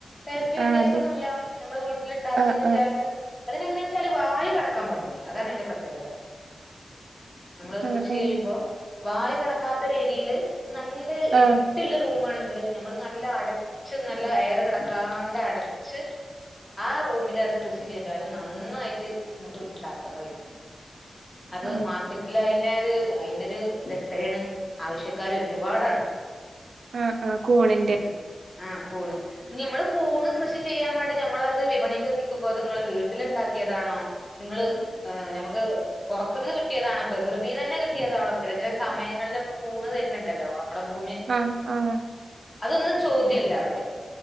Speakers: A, on the left (about 30°); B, on the right (about 80°).
A: ടേസ്റ്റ് വ്യത്യാസം
B: ആഹ് അതെ
A: ഒന്നുവില്ല നമ്മള് വീട്ടില് ഇണ്ടാക്കിന്ന്
B: ആഹ്
A: വിചാരിച്ച്
B: ആഹ്
A: അതിനെങ്ങനെയച്ചാല് വായു കടക്കാൻ പാടില്ല അതാണ്തിന്റെ പ്രത്യേകത നമ്മള്
B: ആഹ്
A: കൃഷി
B: ആഹ്
A: ചെയ്യൂമ്പോ വായു കടക്കാത്ത ഒരു ഏരിയയില് നല്ലൊരു
B: ആഹ്
A: ഇരു ട്ടുള്ള റൂ ആണെങ്കില് നമ്മള് നല്ല അടച്ച് നല്ല എയർ കടക്കാണ്ട് അടച്ച് ആ റൂമില് അത് കൃഷി ചെയ്താലും നന്നായിട്ട് നമുക്ക് ഉണ്ടാക്കാൻ കഴിയും അത്
B: ആഹ്
A: മാർക്കറ്റില് അയിന് ഒരു അയിന്റെ ഒരു ഇത് എത്രയാണ് ആവശ്യക്കർ ഒരുപാടാണ്
B: ആഹ് ആ കൂണി
A: ഉം ആഹ് കൂണ് നമ്മള് കൂണ് കൃഷി ചെയ്യാൻ വേണ്ടി ഞമ്മളത് വിപണിക്ക് എത്തിക്കുമ്പോ അത് നിങ്ങള് വീട്ടിലുണ്ടാക്കിയതാണോ നിങ്ങള് ഞമ്മക്ക് പുറത്തുന്ന് കിട്ടിയതാണോ പ്രകൃതി തന്നെ കിട്ടിയതാണോ ചില ചില സമയങ്ങളിൽ നമുക്ക് കൂണ് തരുന്നുണ്ടല്ലോ നമ്മളെ ഭൂ
B: ആഹ് ആണ
A: അതൊന്നും ചോദ്യയല്ല അവിടെ